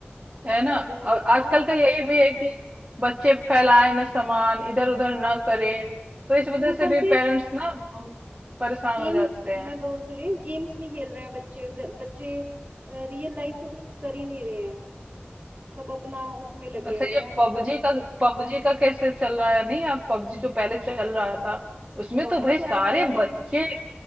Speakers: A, on the right; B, on the right.
A: फोन
B: है ना
A: से दूर
B: और
A: रखना
B: आजकल
A: मतलब
B: का यही भी है कि बच्चे फैलाए ना सामान इधर उधर ना करें
A: वही वही
B: तो इस वजह
A: और ऊपर
B: से भी
A: से
B: पेरेंट्स ना अम, परेशान
A: गेम्स
B: हो जाते हैं
A: मैं बोल तो रही हूँ गेम्स नहीं खेल रहे हैं बच्चे ग- बच्चे रियल लाइफ में तो कुछ कर ही नहीं रहे हैं सब अपना उसमें लगे
B: अच्छा
A: हुए
B: ये
A: हैं मतलब
B: पबजी का पबजी का कैसे चल रहा है नहीं आप पबजी जो पहले चल रहा था उसमें
A: अब वापस
B: तो भाई
A: से
B: सारे
A: आ गया है ये
B: बच्चे